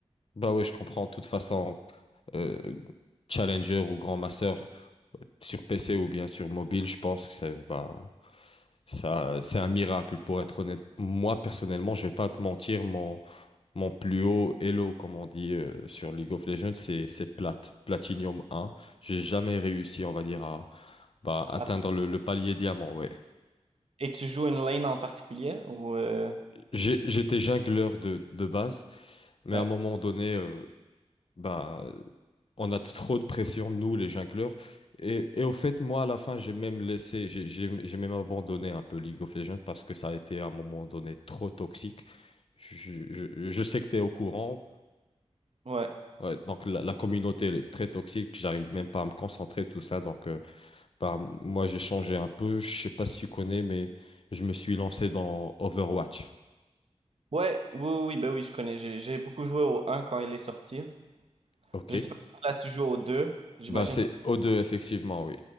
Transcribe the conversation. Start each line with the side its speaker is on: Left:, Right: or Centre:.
Left: Bah oui, je comprends. De toute façon, euh, Challenger ou Grand Master euh, sur PC ou bien sur mobile, je pense que c'est bah, ça, c'est un miracle, pour être honnête. Moi, personnellement, je vais pas te mentir, mon. Mon plus haut elo, comme on dit euh, sur League of Legends, c'est c'est plate, Platinum 1. J'ai jamais réussi, on va dire, à bah, atteindre
Right: Ah.
Left: le, le palier diamant. Ouais.
Right: Et tu joues une lane en particulier ou euh,
Left: J'ai- J'étais jungleur de, de base, mais
Right: Ouais.
Left: à un moment donné, euh, bah, on a trop de pression, nous, les jungleurs. Et, et au fait, moi, à la fin, j'ai même laissé, j'ai j'ai- j'ai même abandonné un peu League of Legends parce que ça a été à un moment donné trop toxique. Je, je- je sais que tu es au courant.
Right: Ouais.
Left: Ouais, donc la, la communauté elle est très toxique, j'arrive même pas à me concentrer, tout ça. Donc euh, bah, moi j'ai changé un peu, je sais pas si tu connais, mais je me suis lancé dans Overwatch.
Right: Ouais, oui, oui, oui, ben oui, je connais. J'ai j'ai beaucoup joué au un quand il est sorti.
Left: Ok.
Right: Je sais pas si là tu joues au deux J'imagine
Left: Bah c'est
Right: que tu...
Left: O2 effectivement, oui.